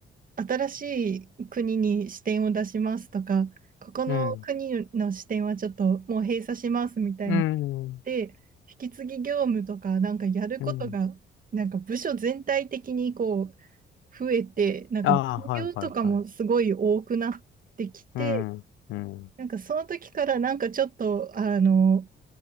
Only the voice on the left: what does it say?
うん、うん、
うん。
ああ、はいはいはい。うん、うん。